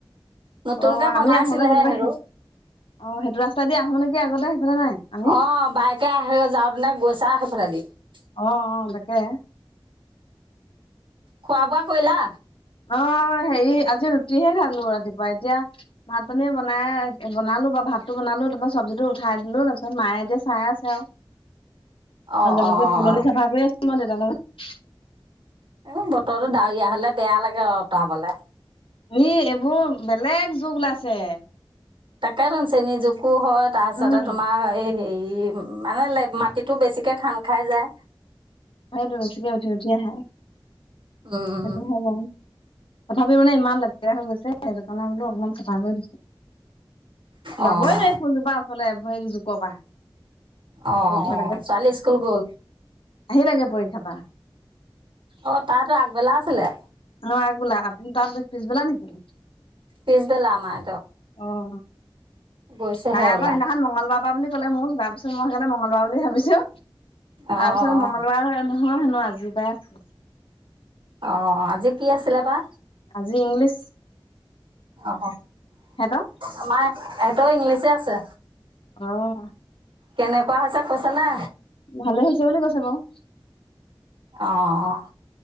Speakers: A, on the right; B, on the left.
A: নতুনকে
B: অ',
A: বনাইছিলেহে
B: আমি আহোঁতে কেতিয়াবা
A: হেৰো
B: অ', সেইটো ৰাস্তাই দি আহোঁ নেকি আগতে সেইফালে নাই আমি?
A: অ', বাইকে আহে যাওঁতেনে <unintelligible>
B: অ', অ', তাকে
A: খোৱা বোৱা কৰিলা
B: অ হেৰি আজি ৰুটিহে খালো ৰাতিপুৱা এতিয়া ভাত পানী বনাই বনালো বা ভাতটো বনালো তাৰপ চব্জিটো উঠাই দিলো তাৰপিছত মায়ে এতিয়া চাই আছে আৰু
A: অ'
B: মাজে
A: অ'
B: মাজে
A: অ'
B: ফুলনি চাফা কৰি আছো মান দেতা লগত
A: এক বতৰটো ডাৱৰীয়া হলে বেয়া লাগে অ উঁতৰাাবলে
B: ই এইবোৰ বেলেগ যুগ ওলাইছে
A: তাকে ত়ুন চেনী জুক একো হয় তাৰপিছতে
B: উম
A: তোমাৰ হ হেৰি ই মানে মাটিতো বেছিকে খান্দ খাই যায়
B: সেটো বেছিকে উঠি উঠি আহা
A: উম,
B: সেইটো হ'ও তথাপি মানে ইমান লেতেকেৰা হৈ গৈছে সেই দোকানে বোলো অকমান চাফা কৰি দিছো
A: অ'
B: যাবই নোৱাৰি ফুলজোপা ওচলে নোৱাৰি জুকৰ পৰা
A: অ
B: বৰ ভয়
A: অ ছোৱালী স্কুল গ'ল
B: লাগে পৰীক্ষা বা
A: অ তাহাতো আগবেলা আছিলে
B: অ আগবেলা আপোনাৰ তাৰ পিছবেলা নেকি
A: পিছবেলা আমাৰ
B: আহ
A: গৈছেহে
B: তাই
A: ওলাই।
B: আকৌ সদিনাখন মংগলবাৰ পা বুলি ক'লে মোক তাৰ পিছত মই সেই মংগলবাৰ বুলি ভাবিছো
A: অ'
B: তাৰপিছত মংগলবাৰ
A: অ
B: নহয় হেনো আজি পাই আছে
A: অ আজি কি আছিলে বা
B: আজি ইংলিছ।
A: অ
B: সিহঁতৰ
A: আমাৰ এহঁতেও ইংলিছে আছে।
B: আহ
A: কেনেকুৱা হৈছে কৈছ না
B: ভালে হৈছে বুলি কৈছে বাৰু
A: অ',